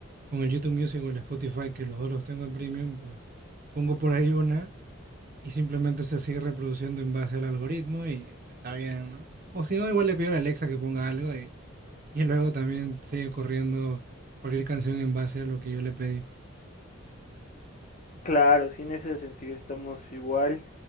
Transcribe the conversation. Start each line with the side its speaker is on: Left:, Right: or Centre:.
Right: con el YouTube Music o el Spotify, que los dos los tengo en premium, pues pongo por ahí una y simplemente se sigue reproduciendo en base al algoritmo y está bien, ¿no? O si no, igual le pido a la Alexa que ponga algo y, y luego también sigue corriendo cualquier canción en base a lo que yo le pedí.
Left: Claro, sí, en ese sentido estamos igual.